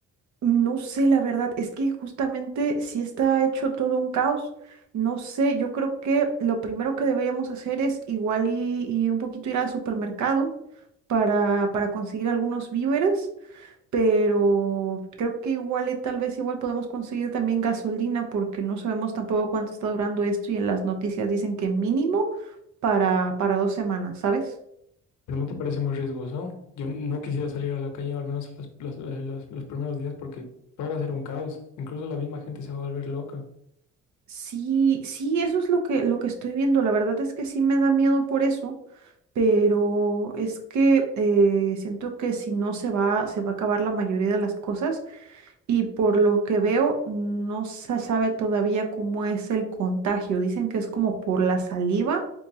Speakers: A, on the right (about 70°); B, on the left (about 75°).
A: No sé, la verdad, es que justamente sí está hecho todo un caos. No sé, yo creo que lo primero que deberíamos hacer es igual y, y un poquito ir al supermercado para, para conseguir algunos víveres, pero creo que igual y tal vez igual podemos conseguir también gasolina porque no sabemos tampoco cuánto está durando esto y en las noticias dicen que mínimo para, para dos semanas, ¿sabes?
B: Pero no te parece muy riesgoso. Yo no quisiera salir a la calle, al menos los, los- eh, los- los primeros días, porque todo va a ser un caos. Incluso la misma gente se va a volver loca.
A: Sí, sí, eso es lo que, lo que estoy viendo. La verdad es que sí me da miedo por eso pero es que eh, siento que si no se va, se va a acabar la mayoría de las cosas y por lo que veo no se sabe todavía cómo es el contagio. Dicen que es como por la saliva,